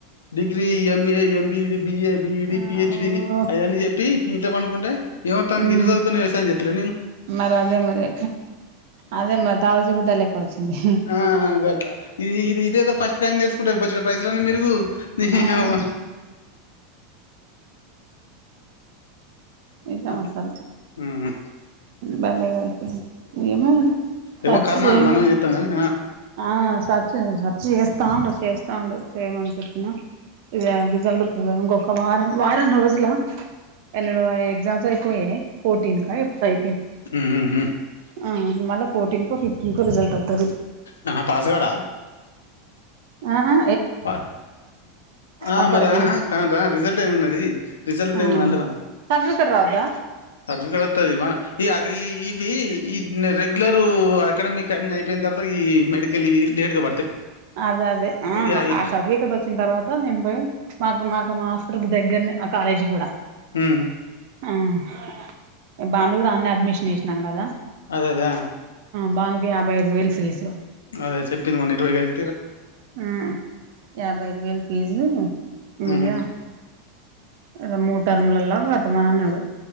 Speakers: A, on the left; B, on the right.
A: డిగ్రీ ఎంఏ ఎంబిఈడి బిఏ బిఈడి
B: ఆ
A: పిహెచ్డి
B: ఓ
A: అవన్నీ చెప్పి ఇంట్ల పండుకుంటా ఏవోతంది
B: ఉమ్
A: గింత సదుకున్న వ్యవసాయం చెత్తలేనా నేను
B: మరి అదే మరి అదే మరి తాగుచిబుద్ద లెక్క వచ్చింది
A: ఆ గట్ల ఇదేదో ఫస్ట్ కాంచీ నేర్సుకుంటే బొచ్చేడు పైస్ లన్ని మిలుగు నిహి
B: అవును
A: అవ్వ
B: నిజం
A: అట్లా
B: అసలు
A: ఉమ్
B: బాలెగాయిపేయింది ఏమో
A: ఏమో
B: సర్చ్
A: కర్మ
B: చేయమ
A: మనం ఏం చెత్తంగని
B: ఆ సచ్ సర్చ్ చేస్తా ఉండు చేస్ తా ఉండు చేయమని చెప్పిన ఇది డిగల్డ్ ఇంకొక వారం వారం రోజుల ఎన్నడో ఎగ్జామ్స్ అయిపోయే ఫోర్టీన్ కా ఎప్పుడై
A: ఉహు
B: అవున్ మల్లా ఫోర్టీన్ కో ఫిఫ్టీన్ కు రిజల్ట్ ఒత్తది
A: నా పాసుగాడా
B: ఆహ్ ఆహా
A: బా ఆ
B: అప్పటికి
A: మరి ఆహా కాద్ రిజల్ట్ ఏమిన్నది రిజల్ట్ది
B: ఆ
A: ఏమున్నది అంటానా
B: సర్టిఫికెట్ రావద్దా
A: నా బిడ్డాది ఒత్తది మ అక్ ఈ ఈ ఇవి ఇ రెగ్యులరు అకాడమిక్ అన్ని అయిపోయినక తర్వాత ఈ మెడికల్యి లేట్గా పడతాయి
B: అదే అదే ఆ
A: యా ఈ
B: ఆ సర్టిఫికెట్ వచ్చిన తర్వాత నేను బోయి మాకు మాకు మా మాస్టర్ కు దగ్గరనే ఆ కాలేజీ కూడా
A: ఉమ్
B: ఆహ్ బాందు కూడా అడ్నే అడ్మిషన్ ఏసినాం కదా
A: అదేదా ఆ
B: బానుకు యాభై ఐదు వేలు ఫీజు
A: అదే చెప్పింది మొన్న ఇరవయివేల్
B: ఆ యాభై ఐదు వేలు ఫీజు మీయ
A: ఉమ్
B: ఇక మూడు టర్ములలో పెట్టమన్నడు